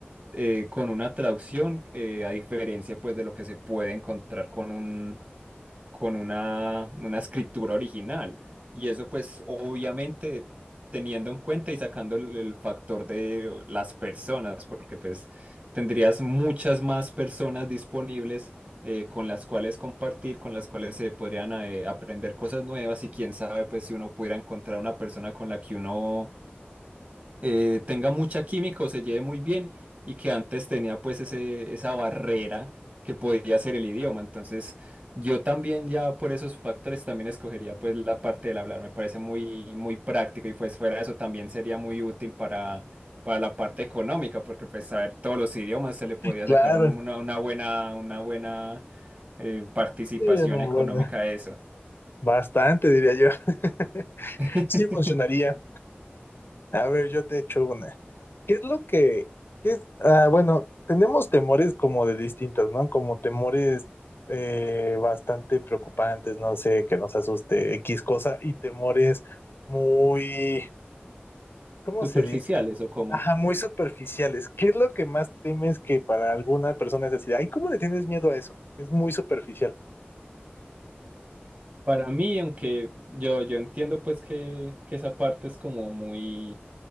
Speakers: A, on the right; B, on the left.
A: eh, con una traducción, eh, a diferencia pues de lo que se puede encontrar con un con una, una escritura original. Y eso pues obviamente teniendo en cuenta y sacando el, el factor de las personas, porque pues tendrías muchas más personas disponibles eh, con las cuales compartir, con las cuales se podrían eh, aprender cosas nuevas y quién sabe pues si uno pudiera encontrar una persona con la que uno eh, tenga mucha química o se lleve muy bien y que antes tenía pues ese, esa barrera que podía ser el idioma. Entonces yo también ya por esos factores también escogería pues la parte del hablar, me parece muy, muy práctico y pues fuera de eso también sería muy útil para, para la parte económica porque pues saber todos los idiomas se le podría
B: Claro,
A: sacar un- una, una buena, una buena eh, participación
B: sí, una
A: económica
B: buena.
A: a eso.
B: Bastante, diría yo. <laughs>
A: <laughs>
B: Sí, funcionaría. A ver, yo te echo una. ¿Qué es lo que, qué es, ah, bueno, tenemos temores como de distintos, ¿no? Como temores eh, bastante preocupantes, no sé, que nos asuste X cosa, y temores muy, ¿cómo
A: ¿Superficiales
B: se dice?
A: o cómo?
B: Ajá, muy superficiales. ¿Qué es lo que más temes que para alguna persona es decir, ay, ¿cómo le tienes miedo a eso? Es muy superficial.
A: Para mí, aunque yo, yo entiendo pues que, que esa parte es como muy